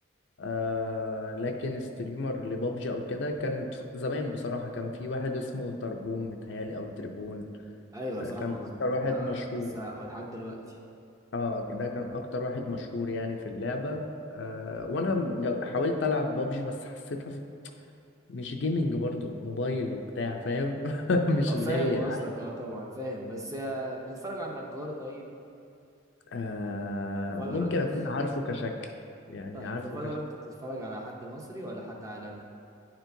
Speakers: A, on the left; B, on the right.
A: آه لكن ستريمر لبابجي او كده كانت ف- زمان بصراحة كان في واحد اسمه تربون متهيألي او تربون
B: ايوه
A: آه
B: صح
A: كان
B: مظبوط
A: اكتر واحد
B: وه-
A: مشهور
B: لسه ولحد دلوقتي
A: اه ده كان اكتر واحد مشهور يعني في اللعبة آه وانا م- جا- حاولت العب بابجي بس حسيتها ف- مش جيمنج برضو موبايل وبتاع فاهم <laughs> مش
B: اه
A: اللي
B: فاهم
A: هي
B: قصدك اه طبعا فاهم بس آه، بتتفرج على النجار طيب
A: آه
B: في فالورانت
A: ممكن اكون عارفه كشكل يعني
B: طيب
A: عارفه
B: في فالورانت بتتفرج على حد مصري ولا حد عالمي